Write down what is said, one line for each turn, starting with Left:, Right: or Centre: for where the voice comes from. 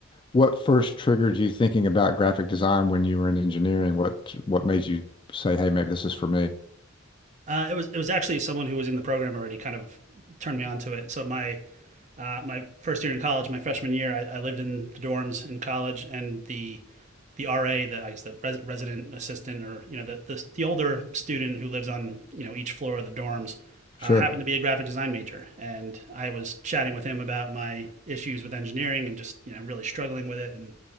Left: What first triggered you thinking about graphic design when you were in engineering? What what made you say, hey, maybe this is for me?
Right: Uh, it was it was actually someone who was in the program already kind of turned me on to it. So my uh, my first year in college, my freshman year, I, I lived in the dorms in college, and the the RA, the I guess the res- resident assistant, or you know the, the the older student who lives on you know each floor of the dorms,
Left: Sure.
Right: uh, happened to be a graphic design major, and I was chatting with him about my issues with engineering and just you know really struggling with it and